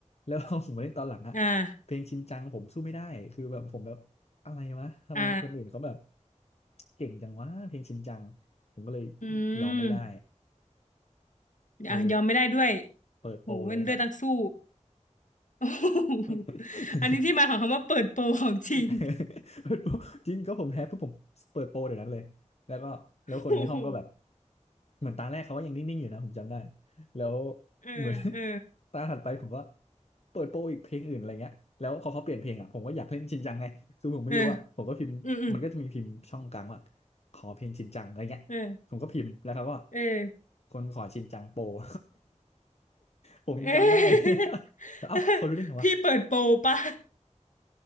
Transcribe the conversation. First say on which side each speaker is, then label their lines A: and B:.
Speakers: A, on the left (about 60°); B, on the left (about 85°).
A: แล้ว <laughs> ผมมาเล่นตอนหลังอ่ะเพลงชินจังผมสู้ไม่ได้คือแบบผมแบบอะไรวะทำไมคนอื่นเขาแบบ
B: อ่าอ่า
A: เก่งจังวะเพลงชินจังผมก็เลย
B: อื
A: ยอมไม่ได้
B: ม
A: เออ
B: อ่ะยอมไม่ได้ด้วย
A: เปิดโปรเลยครับ
B: โหเป็นเลือดนักสู้ <laughs> โอ้โห
A: <laughs>
B: อันนี้ที่มาของคำว่าเปิดโปรของจริง
A: <laughs> เปิดโปรจริงก็ผมแพ้ปุ๊บผมเปิดโปรเดี๋ยวนั้นเลยแล้วก็แล้วคนในห้องก็แบบ
B: <laughs> โอ้โห
A: เหมือนตาแรกเขาก็ยังนิ่งๆอยู่นะผมจำได้แล้ว
B: เออเออ
A: เหมือน <laughs> ตาถัดไปผมก็เปิดโปรอีกเพลงอื่นอะไรเงี้ยแล้วพอเขาเปลี่ยนเพลงอ่ะผมก็อยากเล่นชินจังไงคือผมไม่รู้อ่ะผมก็พิมพ์มันก็จะมีพิมพ์ช่องกลางว่า
B: เอออืมอืม
A: ขอเพลงชินจังอะไรเงี้ยผมก็พิมพ์แล้วเขาก็
B: เออเออ
A: คนขอชินจังโปร <laughs>
B: <laughs>
A: ผมยังจำได้เลย
B: เอ๊ะ
A: <laughs> แล้วเอ้าเขารู้ได้ไงวะ
B: <laughs> พี่เปิดโปรปะ